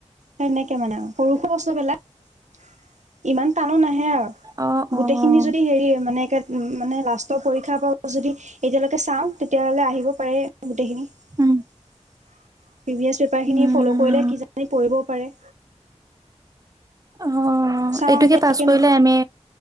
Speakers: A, on the right; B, on the right.
A: সেনেকে মানে সৰু সৰু বস্তু বিলাক ইমান তানো নাহে আৰু
B: অ', অ',
A: গোটেখিনি যদি হেৰি মানে কা মানে লাষ্টৰ পৰীক্ষা পাৱ যদি এতিয়ালৈকে কেঁচা আম তেতিয়া হ'লে আহিব পাৰে গোটেইখিনি প্ৰিভিয়াছ
B: উম,
A: পেপাৰখিনি
B: উম।
A: ফ'ল কৰিলে কি জানি পৰিবও পাৰে।
B: অ',
A: চাওঁ
B: এইটো
A: এতিয়া
B: কি পাছ
A: কে
B: কৰিলে এম এ